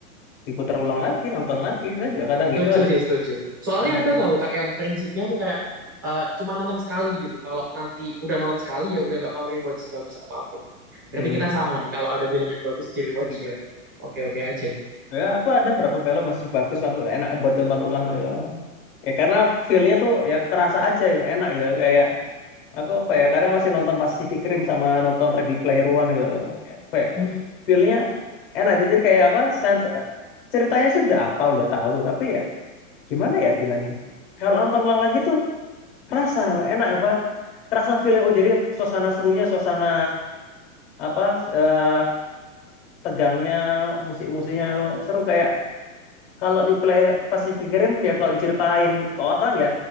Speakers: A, on the left; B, on the right.
A: diputar ulang lagi, nonton lagi.
B: Iya.
A: Saya juga kadang
B: Setuju
A: gitu ada
B: sih, setuju. Soalnya
A: ada
B: ada
A: yang-
B: tahu Kak yang prinsipnya tuh kayak eh, cuma nonton sekali gitu. Kalau nanti udah nonton sekali ya udah nggak mau rewatch sebagus apapun. Berarti
A: hmm.
B: kita sama nih. Kalau ada film yang bagus di rewatch
A: Enggak.
B: ya oke-oke aja.
A: Ya, aku ada berapa film masih bagus, aku enak buat tonton ulang gitu. Ya karena feel-nya tuh ya kerasa aja gitu, enak gitu. Kayak aku apa ya, kadang masih nonton Pacific Rim sama nonton Ready Player One gitu. Ya, fe-
B: Wih,
A: feel-nya enak itu jadi kayak apa? Sense, ceritanya sih udah apa, udah tahu, tapi ya gimana ya bilangnya? Kalau nonton ulang lagi tuh kerasa enak apa? Kerasa feel oh jadi suasana serunya, suasana apa eh, tegangnya, musik-musiknya tuh seru kayak kalau di play pas dipikirin ya kalau diceritain ke orang ya